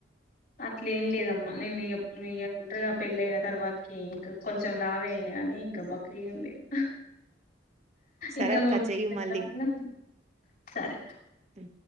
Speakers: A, on the left; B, on the right.
A: అట్లేం లేదమ్మా నేనిగ మియా వుంటరుగా పెళ్ళయిన తర్వాత్కి ఇంక కొంచెం లావే అయిన గానీ ఇంక బక్కగేమ్ లెన్
B: సరే
A: ఇంక <unintelligible>
B: అక్క చెయ్యి మళ్ళీ
A: సరే
B: ఉ